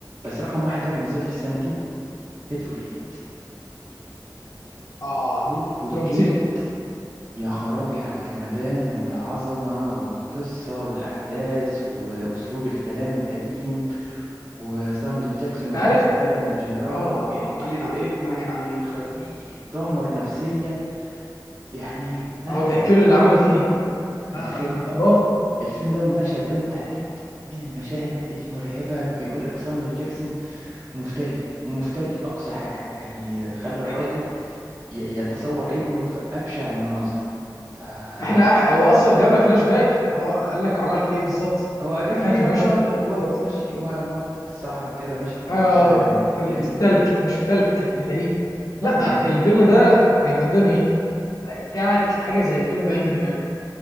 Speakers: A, on the right; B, on the left.
A: بس رقم واحد بقى بالنسبة لي في السنة دي هيتفول ايت
B: اه
A: هيتفول
B: فلورنتينو
A: ايت يا خرابي على الجمدان والعظمة والقصة والأحداث وأسلوب الكلام القديم وسامويل إل جاكسون
B: انت
A: وهو
B: عارف
A: بيكلم الجنرال
B: اه
A: وبيحكي
B: اه معاك حق
A: له ابنه
B: معاك
A: وبيخليه
B: حق
A: يتدمر نفسيا يعني لا
B: اه
A: لا
B: بيحكي
A: لا
B: له اللي عمله فيه لا
A: الفيلم
B: لا كان خرافه
A: الفيلم ده والمشهد ده بالتحديد من المشاهد المرعبة بيقول لك سامويل إل جاكسون مفتري مفتري لأقصى حاجة يعني خلى الراجل
B: ده حقيقي
A: ي- يتصور ابنه في أبشع المناظر فلا
B: احنا أح- هو اصلا جاب لك فلاش باك يعني هو قال لك وعمل فيه ايه بالظبط
A: هو جاب
B: انا
A: فلاش
B: فاكر
A: باك
B: مشهد
A: هو
B: بالظبط
A: هو في- ماشي هو ملط في الصحراء كده ماشي في يعني
B: اه
A: في الصحراء يعني
B: في التلج
A: جليد
B: مش في التلج كان في الجليد
A: اه
B: لا
A: يعني
B: الفيلم ده جامدينه ايه رجعك لحاجه زي 12 انجري مان